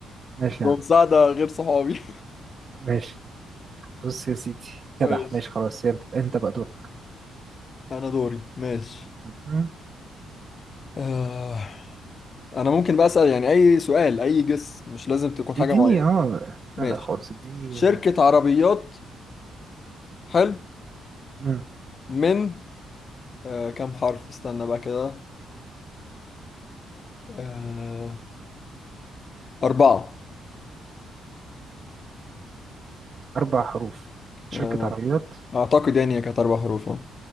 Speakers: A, on the right; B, on the left.
A: ماشي يا
B: بمساعدة
A: عم
B: غير صحابي
A: ماشي بص يا سيدي
B: <laughs>
A: جدع
B: ماشي
A: ماشي خلاص يلا انت بقى دورك
B: انا دوري ماشي
A: مهم.
B: آه. انا ممكن بقى اسال يعني اي سؤال اي جس مش لازم تكون حاجه
A: اديني
B: معينه
A: اه
B: ماشي
A: لا لا خالص اديني
B: شركه
A: آه،
B: عربيات حلو
A: مم.
B: من آه كم حرف استنى بقى كده آه اربعه
A: اربع حروف شركة
B: آه
A: عربيات
B: اعتقد يعني هي كانت اربع حروف آه.